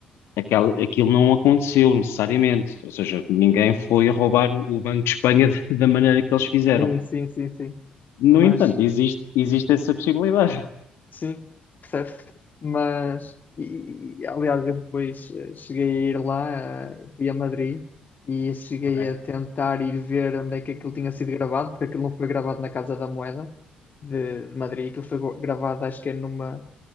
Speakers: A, on the left; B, on the left.
A: aquela- aquilo não aconteceu necessariamente, ou seja, ninguém foi a roubar o o Banco de Espanha <laughs> da maneira que eles fizeram.
B: Sim, sim, sim, sim.
A: No
B: Mas,
A: entanto, existe, existe essa possibilidade.
B: Sim, certo. Mas, e, e, aliás, eu depois eh, cheguei a ir lá, eh, fui a Madrid e cheguei
A: Ok,
B: a tentar ir ver onde é que aquilo tinha sido gravado, porque aquilo não foi gravado na Casa da Moeda de, de Madrid, aquilo foi gravado, acho que é numa